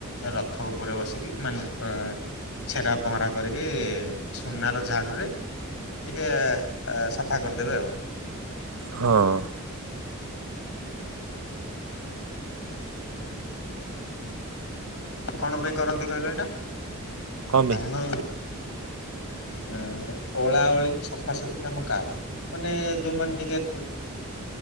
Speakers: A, on the left; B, on the right.
A: ରଥ ଉପରେ ବସିକି ମାନେ ଅ ଛେରା ପହଁରା କରିକି ସୁନାର ଝାଡ଼ୁରେ ଟିକେ ସଫା କରିଦେବେ ଆଉ
B: ହଁ
A: କଣ ପାଇଁ କରନ୍ତି କହିଲ ଏଇଟା
B: କଣ ପାଇଁ?
A: କାରଣ ଆ ଅଳା ଓଳି ସଫାସଫି କମ କାର ମାନେ ଯୋଉମାନେ ଟିକେ